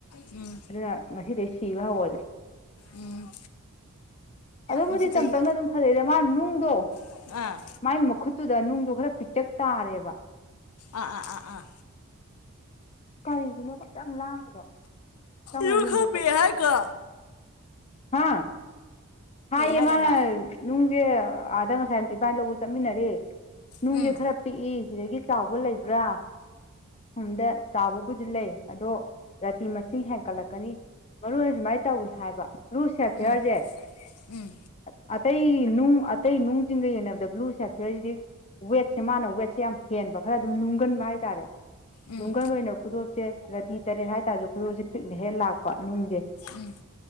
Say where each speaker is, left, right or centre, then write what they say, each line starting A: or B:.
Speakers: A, on the left; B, on the left.
A: ꯎꯝ
B: ꯑꯗꯨꯅ ꯁꯤꯗꯁꯤꯚ ꯍꯜ
A: ꯎꯝ
B: ꯑꯗꯨꯝꯕꯨꯗꯤ
A: ꯉꯁꯤꯗꯒꯤ
B: ꯆꯝ ꯆꯧꯅ ꯑꯗꯨꯝ ꯐꯖꯩꯔꯦ ꯃꯥ ꯅꯨꯡꯗꯣ
A: ꯑꯥ
B: ꯃꯥꯏ ꯃꯈꯨꯠꯇꯨꯗ ꯅꯨꯡꯗꯣ ꯈꯔ ꯄꯤꯛꯇꯛ ꯇꯥꯔꯦꯕ
A: ꯑꯥ ꯑꯥ ꯑꯥ ꯑꯥ
B: ꯀꯔꯤꯒꯤꯅꯣꯀꯣ ꯌꯥꯝ ꯌꯥꯝ ꯂꯥꯡꯉꯤꯗꯣ ꯆꯪꯉꯣ
A: ꯌꯨ
B: ꯌꯨꯝꯗꯩꯗꯣ
A: ꯈꯠꯄꯤ ꯍꯥꯏꯗꯣ
B: ꯍꯥ ꯍꯥ
A: ꯍꯥꯏꯔꯕ
B: ꯏꯃꯅ ꯅꯅꯨꯡ ꯑꯗꯪ ꯉꯁꯥꯏ ꯏꯕꯥ ꯂꯧꯕ ꯆꯠꯃꯤꯟꯅꯔꯦ ꯅꯨꯡꯁꯦ
A: ꯎꯝ
B: ꯈꯔ ꯄꯤꯛꯏ ꯁꯤꯗꯒꯤ ꯆꯥꯎꯕ ꯂꯩꯕ꯭ꯔꯥ ꯁꯣꯝꯗ ꯆꯥꯎꯕꯕꯨꯗꯤ ꯂꯩ ꯑꯗꯣ ꯔꯥꯇꯤ ꯃꯁꯤꯡ ꯍꯦꯟꯀꯠꯂꯛꯀꯅꯤ ꯃꯔꯨ ꯑꯣꯏꯅ ꯁꯨꯃꯥꯏꯅ ꯇꯧꯏꯤ ꯍꯥꯏꯕ ꯕ꯭ꯂꯨ ꯁꯦꯐꯤꯌꯥꯔꯁꯦ
A: ꯎꯝ ꯎꯝ
B: ꯑꯇꯩ ꯅꯨꯡ ꯑꯇꯩ ꯅꯨꯡꯁꯤꯡꯤꯡꯒ ꯌꯦꯡꯅꯕꯗ ꯕ꯭ꯂꯨ ꯁꯦꯐꯤꯌꯔꯁꯤꯗꯤ ꯋꯦꯠꯁꯦ ꯃꯥꯅ ꯋꯦꯠꯁꯦ ꯌꯥꯝ ꯍꯦꯟꯕ ꯈꯔ ꯑꯗꯨꯝ ꯂꯨꯝꯒꯟꯕ ꯍꯥꯏꯇꯥꯔꯦ
A: ꯎꯝ
B: ꯅꯨꯡꯒꯟ ꯑꯣꯏꯅ ꯈꯨꯗꯣꯞꯁꯦ ꯔꯥꯇꯤ ꯇꯔꯦꯠ ꯍꯥꯏꯇꯥꯔꯁꯨ ꯈꯨꯗꯣꯞꯁꯦ ꯄꯤꯛꯅ ꯍꯦꯛ ꯂꯥꯛꯄ ꯅꯨꯡꯁꯦ
A: ꯎꯝ